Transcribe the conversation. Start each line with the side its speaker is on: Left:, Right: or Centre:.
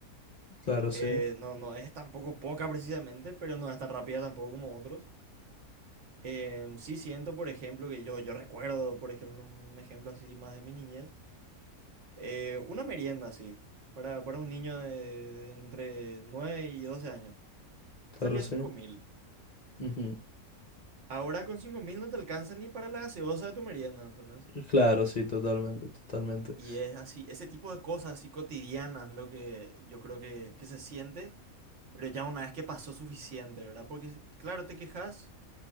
Left: Claro, sí,
Right: Eh, no, no es tampoco poca precisamente, pero no es tan rápida tampoco como otros. Em, sí siento, por ejemplo, que yo, yo recuerdo, por ejemplo, un ejemplo así más de mi niñez Eh, una merienda así, para, para un niño de entre 9 y 12 años.
Left: claro,
Right: Salía
Left: sí.
Right: cinco mil.
Left: Ujú.
Right: Ahora con cinco mil no te alcanza ni para la gaseosa de tu merienda, ¿entendés?
Left: Claro, sí, totalmente, totalmente.
Right: Y es así, ese tipo de cosas así cotidianas lo que yo creo que, que se siente, pero ya una vez que pasó suficiente, ¿verdad? Porque si, claro, te quejas,